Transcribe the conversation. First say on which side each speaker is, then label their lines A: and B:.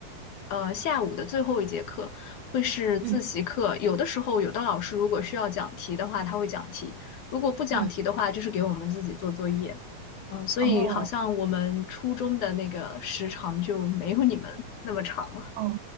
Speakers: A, on the left; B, on the right.
A: 呃下午的最后一节课会是自习课，
B: 嗯
A: 有的时候有的老师如果需要讲题的话，他会讲题；如果不讲题的话，
B: 嗯，
A: 就是给我们自己做作业。嗯，所以好像我们初中的那个时长就没有你们那么长了。
B: 哦哦，